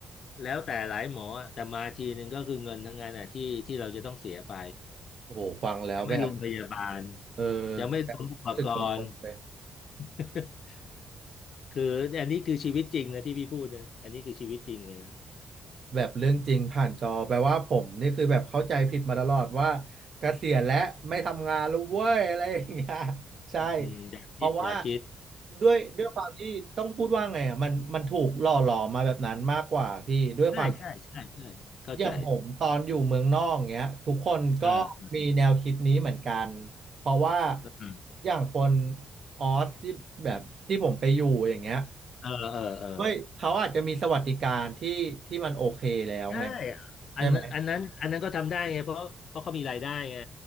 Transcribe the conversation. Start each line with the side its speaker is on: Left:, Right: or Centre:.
Left: แล้วแต่หลายหมออะแต่มาทีหนึ่งก็คือเงินทั้งนั้นอ่ะที่ที่เราจะต้องเสียไป
Right: โอ้โหฟังแล้วแบบ
Left: ยังไม่รวมพยาบาล
Right: เออ
Left: ยังไม่รวมอุปกรณ์
Right: แบบรู้สึกกังวลเลย
Left: <laughs> คืออันนี้คือชีวิตจริงนะที่พี่พูดนะอันนี้คือชีวิตจริงเลยนะ
Right: แบบเรื่องจริงผ่านจอแปลว่าผมนี่คือแบบเข้าใจผิดมาตลอดว่าเกษียณและไม่ทำงานแล้วเว้ยอะไรอย่างเงี้ย <laughs> ใช่
Left: อืมอย่าคิดอย่าคิด
Right: เพราะว่าด้วยด้วยความที่ต้องพูดว่าไงอ่ะมันมันถูกหล่อหลอมมาแบบนั้นมากกว่าพี่ด้วยความ
Left: ใช่ใช่ใช่ใช่เข้าใจ
Right: อย่างผมตอนอยู่เมืองนอกเงี้ยทุกคนก็มีแนวคิดนี้เหมือนกันเพราะว่า
Left: เออเออ
Right: อย่างคนออสที่แบบที่ผมไปอยู่อย่างเงี้ย
Left: เออเออ
Right: ก็เขาอาจจะมีสวัสดิการที่ที่มันโอเคแล้วไง
Left: ใช่อันอันนั้นอันนั้นก็ทำได้ไง
Right: ใช่ไหม
Left: เพราะเพราะเขามีรายได้ไง